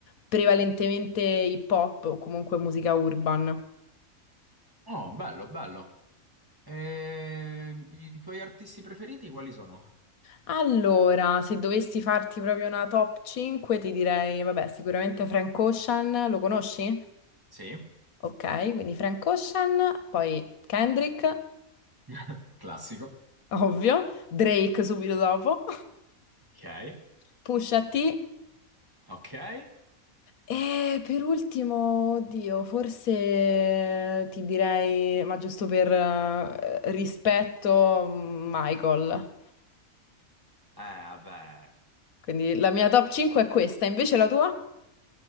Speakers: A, on the left; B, on the right.
A: prevalentemente hip hop o comunque musica urban.
B: Oh, bello, bello. Ehm, i tuoi artisti preferiti quali sono?
A: Allora, se dovessi farti proprio una top 5, ti direi, vabbè, sicuramente Frank Ocean, lo conosci?
B: Sì,
A: Ok, quindi Frank Ocean, poi Kendrick,
B: <laughs> Classico.
A: ovvio, Drake subito dopo,
B: ok,
A: <laughs> Pusha T
B: ok. Eh,
A: e per ultimo, oddio, forse ti direi, ma giusto per eh, rispetto, Michael.
B: vabbè,
A: Quindi la mia top 5 è questa, invece la tua?